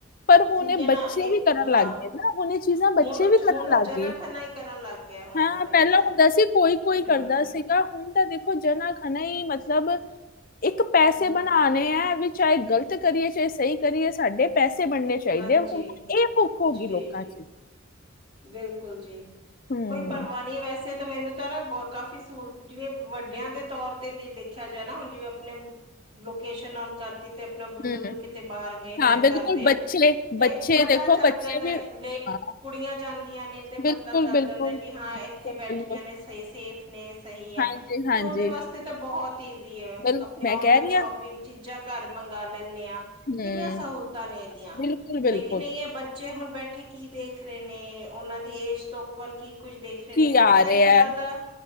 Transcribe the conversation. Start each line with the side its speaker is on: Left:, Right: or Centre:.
Left: ਪਰ ਹੁਣ
Right: ਠੀਕ ਹੈ ਨਾ
Left: ਬੱਚੇ
Right: ਇਹ
Left: ਵੀ ਕਰਨ
Right: ਹਾਂ
Left: ਲੱਗ ਗਏ ਨਾ, ਹੁਣ ਇਹ ਚੀਜ਼ਾਂ
Right: ਹੁਣ
Left: ਬੱਚੇ ਵੀ ਕਰਨ
Right: ਹੁਣ
Left: ਲੱਗ
Right: ਜਨਾ
Left: ਗਈ
Right: ਖਨਾ ਹੀ ਕਰਨ ਲੱਗ ਗਿਆ ਹੁਣ
Left: ਹ ਪਹਿਲਾਂ
Right: ਤਾਂ ਇਹ ਸਭ
Left: ਹੁੰਦਾ ਸੀ ਕੋਈ- ਕੋਈ
Right: ਹਮ
Left: ਕਰਦਾ ਸੀ। ਸੀਗਾ। ਹੁਣ ਤਾਂ ਦੇਖੋ ਜਨਾ- ਖਨਨਾ ਈ ਮਤਲਬ ਇੱਕ ਪੈਸੇ
Right: ਹਮ
Left: ਬਣਾਣੇ ਐ ਵਿੱਚ ਚਾਹੇ ਗਲਤ ਕਰੀਏ, ਚਾਹੇ ਸਹੀ ਕਰੀਏ, ਸਾਡੇ ਪੈਸੇ ਬਣਨੇ ਚਾਹੀਦੇ
Right: ਹਾਂਜੀ
Left: ਆ, ਹੁਣ ਇਹ ਭੁੱਖ ਹੋਗੀ
Right: ਜੀ
Left: ਲੋਕਾਂ
Right: ਜੀ
Left: ਚ
Right: ਬਿਲਕੁਲ ਜੀ,
Left: ਹੂੰ
Right: ਕੋਈ ਪਰਵਾ ਨਹੀਂ ਵੈਸੇ ਤਾਂ ਮੈਨੂੰ ਨਾ ਕਾਫੀ ਸਹੂਲਤ, ਜਿਵੇਂ ਵੱਡਿਆਂ ਦੇ ਤੌਰ ਤੇ ਦੇਖਿਆ ਜਾ ਨਾ ਹੁਣ ਜਿਵੇਂ ਆਪਣੇ ਲੋਕੇਸ਼ਨ ਆਨ ਕਰਤੀ ਤੇ ਆਪਣਾ ਬਜ਼ੁਰਗ
Left: ਹੂੰ
Right: ਕਿਤੇ ਬਾਹਰ ਗਏ ਹੋਏ
Left: ਹਾਂ
Right: ਆ
Left: ਬਿਲਕੁਲ
Right: ਘਰ ਦੇ,
Left: ਬੱਚੇ
Right: ਤੇ
Left: ਬੱਚੇ
Right: ਪਤਾ
Left: ਦੇਖੋ
Right: ਚੱਲ
Left: ਬੱਚੇ
Right: ਜਾਂਦਾ
Left: ਵੀ
Right: ਲੇ
Left: ਹਾਂ
Right: ਕੁੜੀਆਂ ਜਾਂਦੀਆਂ ਨੇ ਤੇ
Left: ਬਿਲਕੁਲ
Right: ਪਤਾ ਚੱਲ
Left: ਬਿਲਕੁਲ
Right: ਜਾਂਦਾ ਵੀ ਹਾਂ ਇੱਥੇ
Left: ਬਿਲਕੁਲ
Right: ਬੈਠੀਆਂ ਨੇ ਸ ਸੇਫ ਨੇ। ਸਹੀ ਐ,
Left: ਹਾਂਜੀ ਹਾਂਜੀ
Right: ਤੇ ਉਹਦੇ ਵਾਸਤੇ ਤਾਂ ਬਹੁਤ ਈਜ਼ੀ ਐ,
Left: ਬਿਲਕੁਲ
Right: ਆਪਣੇ
Left: ਮੈਂ
Right: ਔਨਲਾਈਨ
Left: ਕਹਿ ਰਹੀ ਹਾਂ
Right: ਸ਼ੋਪ ਵਿਗ ਚੀਜ਼ਾਂ ਘਰ ਮੰਗਵਾ ਲੈਂਦੇ ਆ
Left: ਹੂੰ
Right: ਕਿੰਨੀਆਂ ਸਹੂਲਤਾਂ ਨੇ ਇਹਦੀਆਂ,
Left: ਬਿਲਕੁਲ ਬਿਲਕੁਲ
Right: ਲੇਕਿਨ ਇਹ ਐ ਬ ਬੱਚੇ ਹੁਣ ਬੈਠੇ ਕੀ ਦੇਖ ਰਹੇ ਨੇ, ਉਹਨਾਂ ਦੀ ਏਜ ਤੋਂ ਉੱਪਰ ਕੀ ਕੁੱਝ ਦੇਖ ਰਹੇ
Left: ਕੀ
Right: ਨੇ
Left: ਆ
Right: ਪਤਾ
Left: ਰਿਹਾ
Right: ਹੀ ਨਹੀਂ ਚੱਲਦਾ
Left: ਐ,